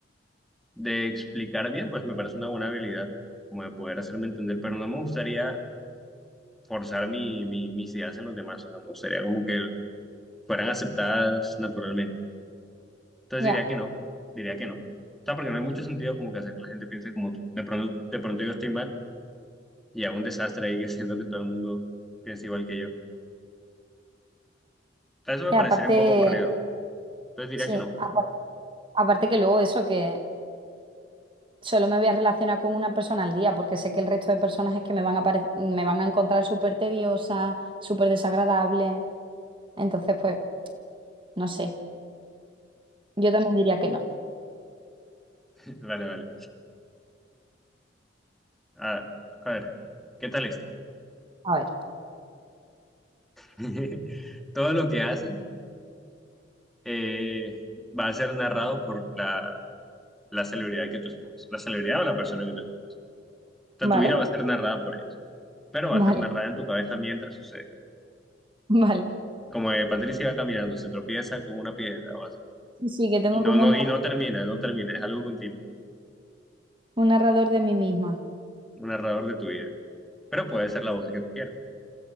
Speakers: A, in the centre; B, on the right.
A: de explicar bien, pues me parece una buena habilidad, como de poder hacerme entender, pero no me gustaría forzar mi, mi- mis ideas en los demás. O sea, me gustaría como que fueran aceptadas naturalmente. Entonces
B: Ya.
A: diría que no, diría que no. O sea, porque no hay mucho sentido como que hacer que la gente piense como tú. De pronto, de pronto yo estoy mal y a un desastre ahí <laughs> que siento que todo el mundo piense igual que yo. Eso me
B: Y
A: parecería
B: aparte,
A: un poco aburrido. Entonces diría
B: sí,
A: que no.
B: apar- aparte, que luego eso, que solo me voy a relacionar con una persona al día, porque sé que el resto de personas es que me van a, parec- me van a encontrar súper tediosa, súper desagradable. Entonces, pues, no sé. Yo también diría que no.
A: <laughs> Vale, vale. A, a ver, ¿qué tal esta?
B: A ver,
A: <laughs> Todo lo que haces eh, va a ser narrado por la, la celebridad que tú escojas, la celebridad o la persona que tú escojas. O sea,
B: ¿vale?
A: tu vida va a ser narrada por ellos, pero
B: Vale,
A: va a ser narrada en tu cabeza mientras sucede.
B: <laughs> vale.
A: Como eh, Patricia va caminando, se tropieza con una piedra o así.
B: Sí, sí, que tengo
A: Y no,
B: como
A: no,
B: un,
A: y no termina, no termina, es algo continuo,
B: un narrador de mí misma.
A: un narrador de tu vida. Pero puede ser la voz que tú quieras.